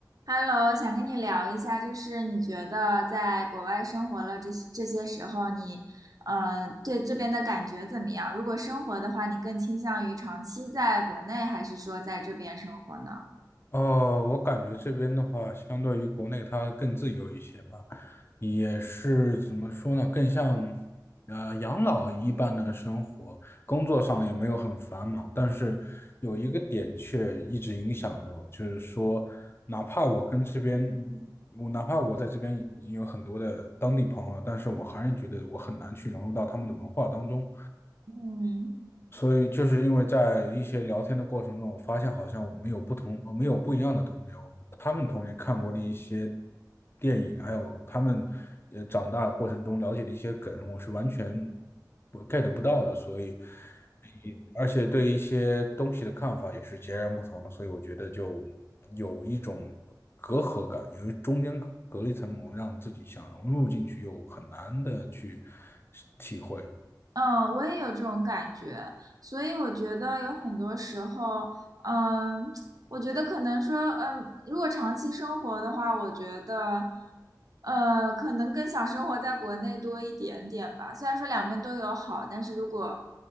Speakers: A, on the right; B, on the left.
A: Hello，想跟你聊一下，就是你觉得在国外生活了这些这些时候你，嗯，对这边的感觉怎么样？如果生活的话，你更倾向于长期在国内，还是说在这边生活呢？
B: 哦，我感觉这边的话，相对于国内它更自由一些吧，也是怎么说呢，更像呃养老一般的生活，工作上也没有很繁忙，但是有一个点却一直影响着我，就是说，哪怕我跟这边，我哪怕我在这边已经有很多的当地朋友了，但是我还是觉得我很难去融入到他们的文化当中，
A: 嗯
B: 所以就是因为在一些聊天的过程中，我发现好像我们有不同，我们有不一样的童年，我们他们童年看过的一些电影，还有他们也长大过程中了解的一些梗，我是完全不 get 不到的，所以，嗯而且对一些东西的看法也是截然不同的，所以我觉得就有一种隔阂感，有一中间隔了一层膜，让自己想融入进去，又很难的去体会。
A: 嗯，我也有这种感觉，所以我觉得有很多时候，嗯，我觉得可能说，嗯，如果长期生活的话，我觉得，呃，可能更想生活在国内多一点点吧。虽然说两边都有好，但是如果